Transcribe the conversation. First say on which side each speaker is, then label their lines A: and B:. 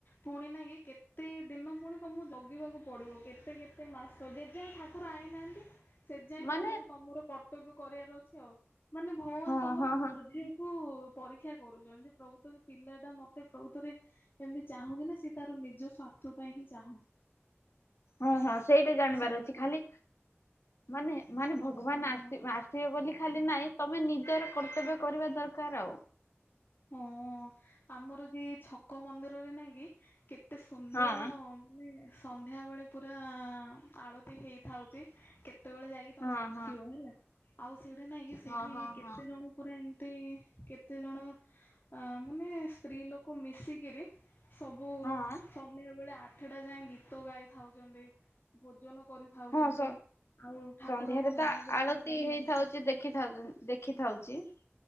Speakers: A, on the left (about 50°); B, on the left (about 70°).
A: ପୁଣି ନା କି କେତେ ଦିନ ପୁଣି ତମକୁ ଜଗିବାକୁ ପଡିବ କେତେ କେତେ ମାସ। ଯେ ଯାଏ ଠାକୁର ଆଇନାହାନ୍ତି ସେ ଯାଇଁ
B: ମାନେ
A: ତମକୁ ତମର କର୍ତ୍ତବ୍ୟ କରିବାର ଅଛି ଆଉ। ମାନେ ଭଗବାନ
B: ହଁ
A: ତମର
B: ହଁ
A: ଧର୍ଯ୍ୟ
B: ହଁ
A: କୁ ପରୀକ୍ଷା କରୁଛନ୍ତି ଯେ ପ୍ରଭୁ ତମେ ପିଲା ଟା ମତେ ପ୍ରଭୁଥରେ ଏମିତି ଚାହୁଁଛି ନା ସେ ତାର ନିଜ ସ୍ଵାର୍ଥ ପାଇଁ ହିଁ ଚାହୁଁଛି।
B: ହଁ ହଁ ସେଇଟା ଜାଣିବାର
A: ସେମିତି
B: ଅଛି ଖାଲି ମାନେ ମାନେ
A: ହଁ।
B: ଭଗବାନ ଆ ଆସିବେ ବୋଲି। ଖାଲି ନାହିଁ ତମେ ନିଜର କର୍ତ୍ତବ୍ୟ କରିବା ଦରକାର ଆଉ।
A: ହଁ ଆମର ଯେ ଛକ ମନ୍ଦିରରେ ନାଇଁ କି କେତ ଏତେ ସୁନ୍ଦର
B: ହଁ
A: ମାନେ ସନ୍ଧ୍ୟାବେେଳେ ପୁରା ଆଳତି ହେଇଥାଉଛି କେତେ ସେତେବେଳେ ଯାଇକି ତମେ
B: ହଁ
A: ଦେଖିବ
B: ହଁ
A: ହେଲା। ସେଠି ନାଇଁ କିି ସେଠି
B: ହଁ ହଁ
A: କେତେ
B: ହଁ
A: ଜଣ ପୁରା ଏମ ଟି କେତେଜଣ ଅ ମାନେ ସ୍ତ୍ରୀ ଲୋକ ମିଶିକିରି ସବୁ
B: ହଁ
A: ସନ୍ଧ୍ୟୋବେଳେ ଆର ଏଠିଟା ଯାଇ ଗୀତ ଗାଇଥାଉଛନ୍ତି ଭୋଜନ କରିଥାଉଛନ୍ତି
B: ହଁ ସ
A: ଆଉ ଠାକୁରଙ୍କ
B: ସନ୍ଧ୍ୟାରେ ତ
A: ନାଁ
B: ଆ
A: ଜପି
B: ଆଳତି
A: ଥାଉଛନ୍ତି।
B: ହେଇଥାଉଛି ଦେଖିଥା ଦେଖିଥାଉଛି।